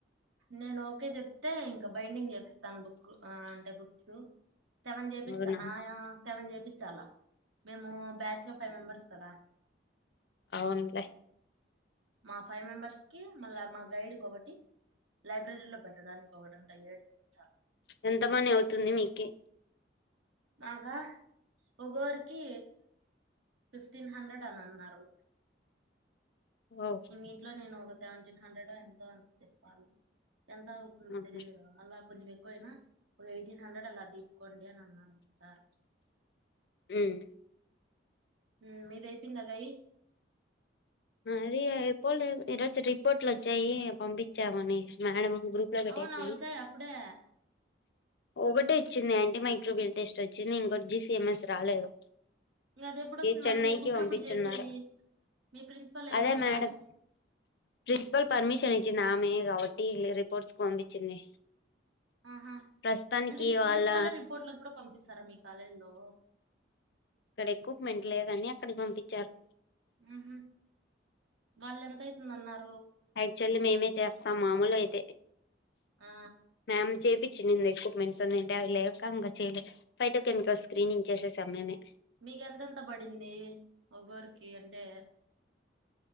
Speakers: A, on the right; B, on the left.
A: నేను ఓకే చెప్తే ఇ బైండింగ్ చేపిస్తాను బుక్ ఆ అంటే బుక్స్ సెవెన్ చేపిచ్చ
B: అవునా
A: ఆయా సెవెన్ చేపిచ్చాల మేము బ్యాచ్ లో ఫైవ్ మెంబర్స్ కదా
B: అవునులే
A: మా ఫైవ్ మెంబర్స్ కి మళ్ళా మా గైడ్ కి ఒకటి లైబ్రరీ లో పెట్టడానికి ఒకటి అంట ఏడు చేయించాలా
B: ఎంత మని అవుతుంది మీకి
A: మాకా ఒకొకరికి ఫిఫ్టీన్ హండ్రెడ్ అని అన్నారు
B: ఓ
A: ఇంగ ఇంట్లో నేను ఒ సెవెంటీన్ హండ్రెడ్ ఎంతో అనీ చెప్పాలి ఎంత అవుతుందో
B: ఆహా
A: తెలీదు కదా మళ్ళ కొంచెం ఎక్కువైనా ఒక ఎయిటీన్ హండ్రెడ్ అలా తీసుకోండి అని అన్నాడు సార్
B: ఉమ్
A: హ్మ్మ్ మీద అయిపోందాగయి
B: అది అయిపోలేదు ఈరోజు రిపోర్ట్లోచ్చాయి పంపించామని మేడం గ్రూప్ లో పెట్టేసింది
A: అవునా వచ్చాయా అప్పుడే
B: ఒకటి ఈచ్చింది యాంటీ మైక్రోబిల్ టెస్ట్ వచ్చింది ఇంకోటి జీసీఎంఎస్ రాలేదు
A: ఇంకా అది ఎప్పుడు వస్తుంది
B: చెన్నైకి
A: మళ్ళీ మీరు బుక్
B: పంపించున్నారు
A: ఎప్పుడు చేసేది మీ ప్రిన్సిపల్
B: అదే
A: ఏమందా
B: మేడం ప్రిన్సిపాల్ పర్మిషన్ ఇ మ నామే కాబట్టి రిపోర్ట్స్ పంపించింది
A: ఆహా
B: ప్రస్తుతానికి
A: అంటే మీ
B: వాళ్ళ
A: ప్రిన్సిపల్ రిపోర్ట్లకు కూడా పంపిస్తారా మీ కాలేజ్ లో
B: ఇక్కడ ఎక్వప్మెంట్ లేదని అక్కడ పంపించారు
A: ఉ హూ వాళ్ళ ఎంతా అవుతుందన్నారు
B: యాక్చువల్లీ మేమే చేస్తాం మామూలు అయితే
A: ఆ
B: మ్యామ్ జపి చిన్న ఎక్విప్మెంట్స్ ఉన్నాయంటే అవి లేక ఇంకా చెయలేదు బైట కెమికల్ స్క్రీనింగ్ చేసేసం మేమే
A: మీక ఎంతెంత పడింది ఒకఒకరికి అంటే